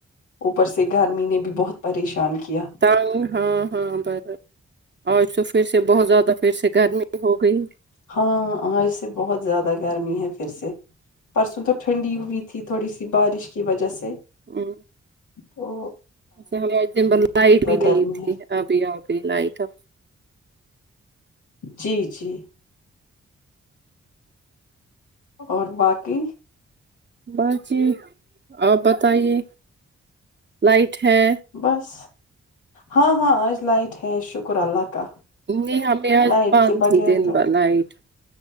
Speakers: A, on the left (about 85°); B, on the right (about 40°).
A: اوپر سے گرمی نے بھی بہت پریشان کیا
B: نگ ہاں ہاں بر اورج تو پھر سے بہت زیادہ پھر سے گرمی ہو گئی
A: ہاں آ اس سے بہت زیادہ گرمی ہے پھر سے پرسوں تو ٹھنڈی ہوئی تھی تھوڑی سی بارش کی وجہ سے
B: ہمم
A: او
B: ایک تو ہمیں دن بہر لائٹ بھی
A: گرمی
B: نہیں تھی
A: ہے
B: ابھی لائٹ اب
A: جی جی اور باقی
B: بس جی آپ بتائیے لائٹ ہے
A: بس ہاں ہاں آج لائٹ ہے شکر اللہ کا
B: نہیں ہمیں آج
A: لائٹ
B: بند
A: کے بغیر
B: ہی دن
A: تو
B: بھر لائٹ